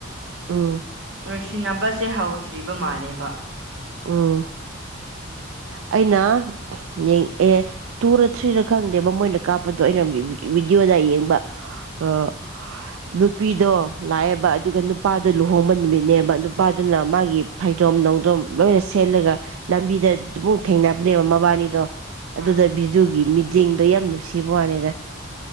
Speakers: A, on the right; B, on the right.
A: ꯎꯝ
B: ꯅꯨꯡꯁꯤꯅꯕꯁꯦ ꯍꯧꯗ꯭ꯔꯤꯕ ꯃꯥꯜꯂꯦꯕ
A: ꯎꯝ ꯑꯩꯅ ꯌꯦꯡ ꯑꯦ ꯇꯨꯔꯥ ꯊ꯭ꯔꯤꯔꯥ ꯈꯪꯗꯦꯕ ꯃꯣꯏꯅ ꯀꯥꯞꯄꯗꯣ ꯑꯩꯅ ꯔꯤ ꯕꯤ ꯕꯤꯗꯤ꯭ꯌꯣꯗ ꯌꯦꯡꯕ ꯍ ꯑ ꯍꯍ ꯅꯨꯄꯤꯗꯣ ꯂꯥꯛꯑꯦꯕ ꯑꯗꯨꯒ ꯅꯨꯄꯥꯗꯣ ꯂꯨꯍꯣꯡꯕ ꯅꯨꯃꯤꯠꯅꯦꯕ ꯅꯨꯄꯥꯗꯨꯅ ꯃꯥꯒꯤ ꯐꯩꯖꯣꯝ ꯅꯣꯡꯖꯣꯝ ꯂꯣꯏꯅ ꯁꯦꯠꯂꯒ ꯂꯝꯕꯤꯗ ꯑꯗꯨꯃꯨꯛ ꯊꯦꯡꯅꯕꯅꯦꯕ ꯃꯕꯥꯅꯤꯗꯣ ꯑꯗꯨꯗ
B: ꯎꯝ
A: ꯕꯤꯖꯨꯒꯤ ꯃꯤ ꯌꯦꯡꯗꯣ ꯌꯥꯝ ꯅꯨꯡꯁꯤꯕ ꯋꯥꯅꯤꯗ